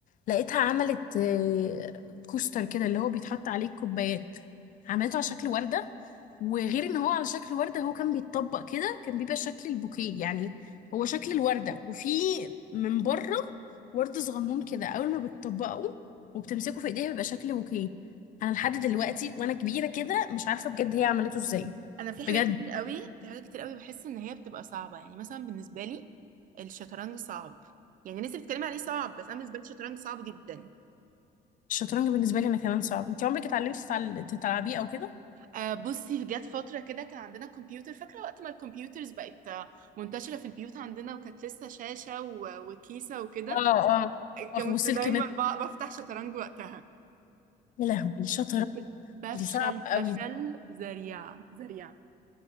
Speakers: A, on the left (about 50°); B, on the right (about 55°).
A: لقيتها عملت آه، كوستر كده اللي هو بيتحط عليه الكوبايات عملته على شكل وردة وغير ان هو على شكل وردة هو كان بيتطبق كده كان بيبقى شكل البوكيه يعني هو شكل الوردة وفي من بره ورد صغنون كده اول ما بتطبقه وبتمسكه في ايديها بيبقى شكل بوكيه انا لحد دلوقتي وانا كبيرة كده مش عارفة بجد هي عملته ازاي
B: انا في حاجات
A: بجد
B: كتير قوي في حاجات كتير قوي بحس ان هي بتبقى صعبه يعني مثلا بالنسبه لي الشطرنج صعب يعني الناس اللي بتتكلم عليه صعب بس انا بالنسبه لي الشطرنج صعب جدا
A: الشطرنج بالنسبة لي انا كمان صعب انت عمرك اتعلمتي تتعل- تلعبيه او كده؟
B: آه بصي جت فتره كده كان عندنا كمبيوتر فاكره وقت ما الكمبيوترز بقت آه، منتشره في البيوت عندنا وكانت لسه شاشه و- وكيسه وكده
A: اه
B: كنت
A: اه وسلك
B: دايما
A: نت
B: ب- بفتح شطرنج وقتها
A: يا لهوي شطرنج
B: كنت بفشل
A: دي صعبة قوي
B: فشل ذريع ذريع